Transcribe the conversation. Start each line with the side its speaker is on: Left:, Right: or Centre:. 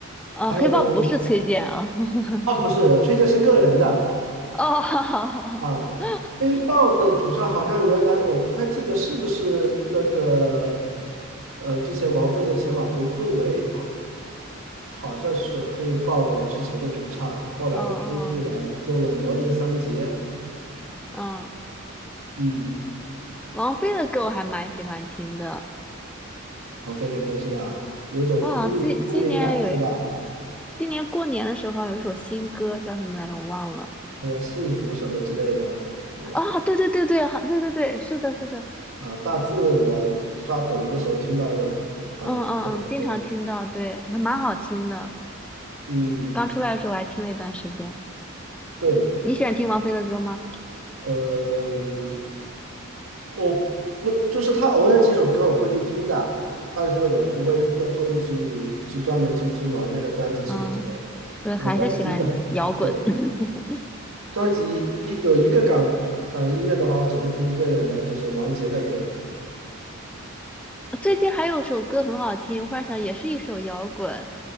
Centre: 呃，
Right: 还有
Centre: 黑豹不是崔健啊。<laughs>
Right: 哦不是崔健是个人的。
Centre: 哦，
Right: 啊，
Centre: <laughs>
Right: 黑豹的主唱好像原来我不太记得是不是那个，呃，之前王菲的前老公窦唯啊，好像是黑豹的之前的主唱，后来出去了，
Centre: 哦哦，
Right: 弄了《魔爷三杰》，
Centre: 嗯，
Right: 嗯，
Centre: 王菲的歌我还蛮喜欢听的。
Right: 王菲的歌是吧？有种空灵空灵感是吧？
Centre: 啊，今今年有，今年过年的时候有一首新歌叫什么来着？我忘了。
Right: 好像幸福什么之类的，我
Centre: 啊，对对对对，好对对对，是的，是的，
Right: 啊，大致我刷抖音的时候听到的啊，
Centre: 嗯嗯嗯，
Right: 这首歌，
Centre: 经常听到，对，还蛮好听的。
Right: 嗯，
Centre: 刚出来的时候我还听了一段时间。
Right: 对，
Centre: 你喜欢听王菲的歌吗？
Right: 嗯、我不就是他偶尔几首歌我会去听的，但是我不会热衷于去去专门去听王菲的专辑什么之类的。
Centre: 嗯，对，
Right: 我专辑的，
Centre: 还是喜欢摇滚。
Right: 对，
Centre: <laughs>
Right: 专辑一有一个港港人音乐的话，我只会听一个人的，就是王杰的歌。
Centre: 最近还有首歌很好听，我忽然想，也是一首摇滚，